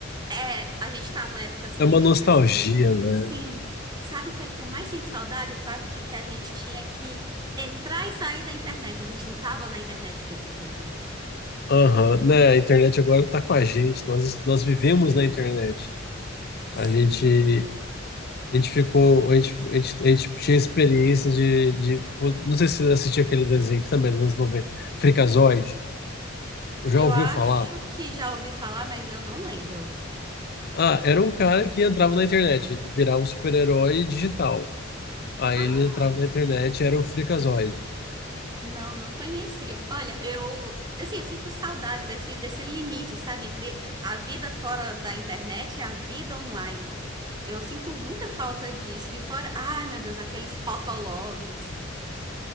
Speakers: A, on the right; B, on the left.
A: é, a gente tá numa época assim
B: É uma
A: muito
B: nostalgia,
A: mais cômoda.
B: né?
A: Sim. Sabe o que é que eu mais sinto saudade? O fato de que a gente tinha que entrar e sair da internet. A gente não tava na internet o tempo todo.
B: Aham, né? A internet agora tá com a gente. Nós, nós vivemos na internet. A
A: Sim.
B: gente A gente ficou, a gente, a gente, a gente tinha experiência de, de, pô, não sei se você assistiu aquele desenho que também é dos anos noventa Freakazoid. Já
A: Eu
B: ouviu
A: acho
B: falar?
A: que já ouvi falar, mas eu não lembro.
B: Ah, era um cara que entrava na internet, ele virava um super-herói digital. Aí
A: Ah,
B: ele entrava na internet, era o Freakazoid.
A: não, não conhecia. Olha, eu, assim, eu sinto saudade desse, desse limite, sabe, entre a vida fora da internet e a vida online. Eu sinto muita falta disso. E fora, ai, meu Deus, aqueles fotologs,